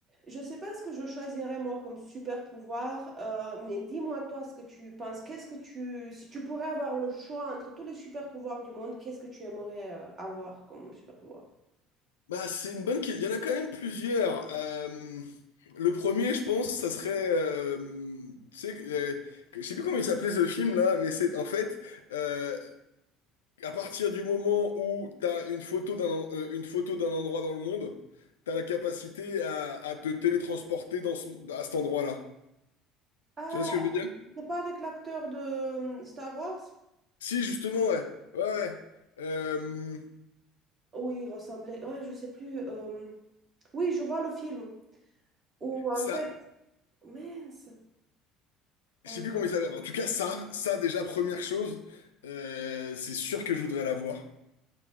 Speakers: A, on the right; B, on the left.
A: Je sais pas ce que je choisirais moi comme super pouvoir, euh, mais dis-moi toi ce que tu penses. Qu'est-ce que tu, si tu pourrais avoir le choix entre tous les super pouvoirs du monde, qu'est-ce que tu aimerais euh, avoir comme super pouvoir?
B: Bah, c'est une bonne question. Il y en a quand même plusieurs. Euh, le premier, je pense, ça serait, euh, tu sais, que- euh, que- je sais plus comment il s'appelait ce film là, mais c'est en fait, euh, à partir du moment où t'as une photo d'un en- euh, une photo d'un endroit dans le monde, t'as la capacité à, à te télétransporter dans ce- à cet endroit-là.
A: Ah,
B: Tu vois ce que je veux dire?
A: c'est pas avec l'acteur de euh, Star Wars?
B: Si, justement, ouais, ouais, ouais. Euh,
A: Oui, il ressemblait. Ah, je sais plus. euh, Oui, je vois le film. Ou en
B: ça,
A: fait, mince,
B: je
A: euh,
B: sais plus comment il s'appelle. En tout cas, ça, ça déjà première chose, euh, c'est sûr que je voudrais l'avoir.